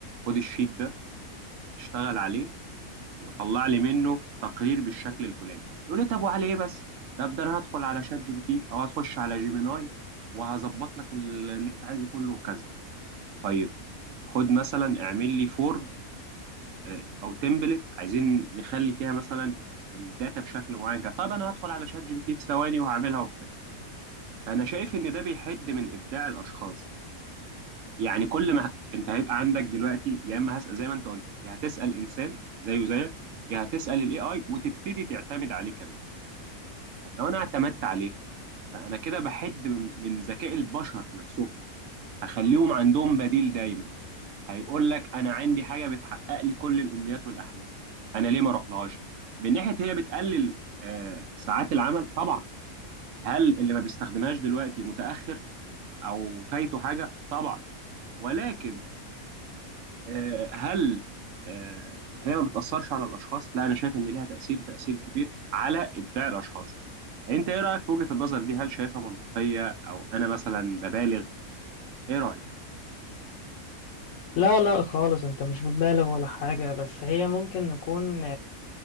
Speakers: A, on the right (about 70°); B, on the left (about 65°).
A: خد الشيت ده اشتغل عليه وطلع لي منه تقرير بالشكل الفلاني يقول لي طب وعلى ايه بس طب ده انا هدخل على شات جي بي تي او هتخش على جيميناي وهظبط لك ال- اللي انت عايزه كله وكذا طيب خد مثلا اعمل لي فورم آه، او تمبلت عايزين نخلي فيها مثلا الداتا بشكل معين كده. طب انا هدخل على شات جي بي تي في ثواني وهعملها وبتاع فانا شايف ان ده بيحد من ابداع الاشخاص يعني كل ما انت هيبقى عندك دلوقتي يا اما هسأل زي ما انت قلت يا هتسأل انسان زيه زيك يا هتسأل الاي اي وتبتدي تعتمد عليه كمان لو انا اعتمدت عليه فانا كده بحد من من ذكاء البشر نفسهم هخليهم عندهم بديل دايما هيقول لك انا عندي حاجه بتحقق لي كل الامنيات والاحلام انا ليه ما اروحلهاش من ناحيه هي بتقلل آه، ساعات العمل طبعا هل اللي ما بيستخدمهاش دلوقتي متاخر او فايته حاجه طبعا ولكن آه، هل آه، هي ما بتأثرش على الأشخاص؟ لا أنا شايف إن ليها تأثير وتأثير كبير على إبداع الأشخاص. أنت إيه رأيك في وجهة النظر دي؟ هل شايفها منطقية أو أنا مثلا ببالغ؟ إيه رأيك؟
B: لا لا خالص انت مش بتبالغ ولا حاجة بس هي ممكن نكون